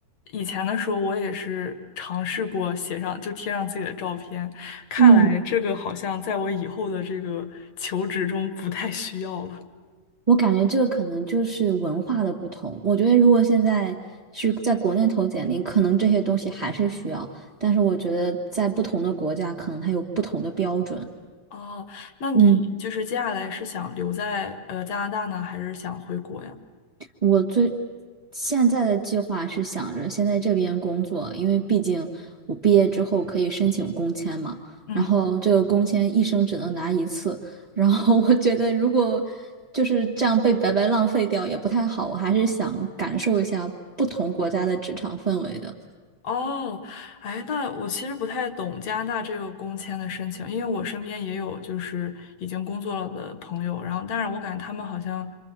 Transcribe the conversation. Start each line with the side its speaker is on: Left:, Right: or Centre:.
Left: 以前的时候我也是尝试过写上就贴上自己的照片，看来这个好像在我以后的这个求职中不太需要了。
Right: 嗯，我感觉这个可能就是文化的不同。我觉得如果现在是在国内投简历，可能这些东西还是需要，但是我觉得在不同的国家，可能它有不同的标准。
Left: 哦，那你就是接下来是想留在呃加拿大呢，
Right: 嗯。
Left: 还是想回国呀？
Right: 我最现在的计划是想着先在这边工作，因为毕竟我毕业之后可以申请工签嘛。
Left: 嗯。
Right: 然后这个工签一生只能拿一次，然后我觉得如果就是这样被白白浪费掉也不太好，我还是想感受一下不同国家的职场氛围的。
Left: 哦，哎，那我其实不太懂加拿大这个工签的申请，因为我身边也有就是已经工作了的朋友，然后当然我感觉他们好像